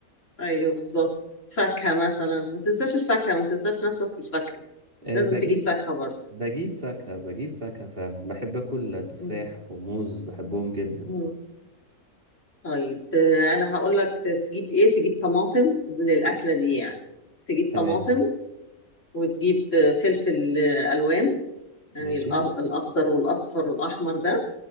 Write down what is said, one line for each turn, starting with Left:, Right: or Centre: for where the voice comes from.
Left: ايوه بالظبط فاكهة مثلا ما تنساش الفاكهة ما تنساش نفسك في الفاكهة
Right: آه،
Left: لازم
Right: بجيب
Left: تجيب فاكهة برضه
Right: بجيب فاكهة بجيب فاكهة فعلا بحب أكل تفاح
Left: مم.
Right: وموز بحبهم جدا
Left: مم. طيب آه، انا هقول لك تجيب ايه تجيب طماطم للأكلة دي يعني تجيب
Right: تمام
Left: طماطم وتجيب آه، فلفل آه، ألوان يعني
Right: ماشي
Left: الأه- الأخضر والأصفر والأحمر ده